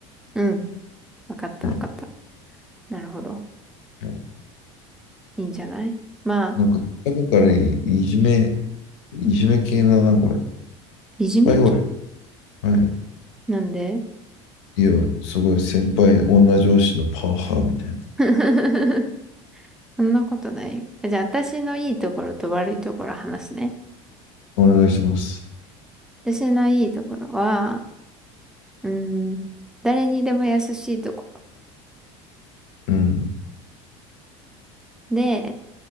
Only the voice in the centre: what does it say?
ー。うん。わかったわかった。
なるほど。
いいんじゃないまあ、
いじめ系
なんで
<laughs> そんなことないよ。じゃあ、私のいいところと悪いところ話すね。
私のいいところは、うん、誰にでも優しいところ。
で、